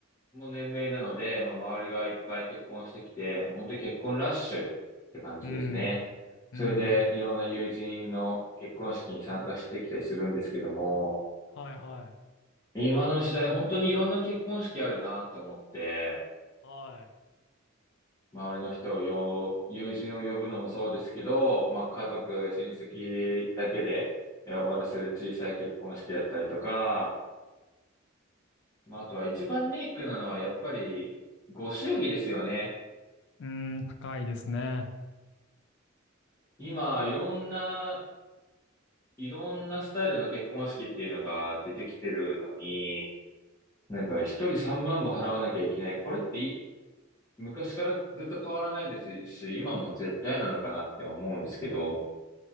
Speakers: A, on the left (about 15°); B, on the left (about 60°).
A: も年齢なので、まあ周りがいっぱい結婚してきて、もう本当に結婚ラッシュって感じですね。
B: うん。
A: それでいろんな友人の結婚式に参加してきたりするんですけども、
B: うん。うん。はいはい。
A: 今の時代本当にいろんな結婚式あるなと思って、
B: はい。
A: 周りの人をよ、友人を呼ぶのもそうですけど、まあ家族、親戚だけでえ終わらせる小さい結婚式だったりとか、まああとは一番ネックなのはやっぱりご祝儀ですよね。
B: うん、高いですね。
A: 今いろんな、いろんなスタイルの結婚式っていうのが出てきてるのに、なんか一人3万も払わなきゃいけない。これってい昔からずっと変わらないですし、今も絶対なのかなって思うんですけど、